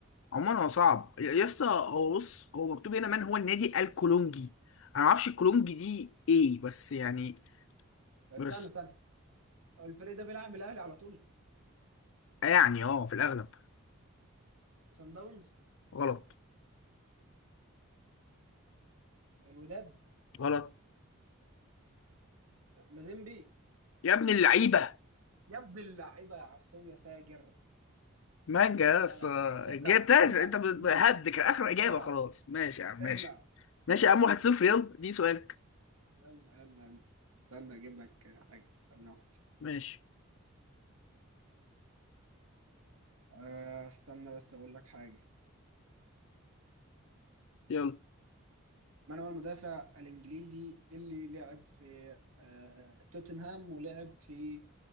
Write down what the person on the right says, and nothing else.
استنى
استنى هو الفريق ده بيلعب الأهلي على طول
سان داونز
الوداد
مازيمبي
يا ابن اللعيبة يا عصام يا فاجر
يلا
لا ابلع
ابلع
ابلع
ابلع
ابلع
يلا يلا يلا استنى اجيب لك آه، حاجة ثانية واحدة
آه، استنى بس اقول لك حاجة
من هو المدافع الانجليزي اللي لعب في آه، توتنهام ولعب في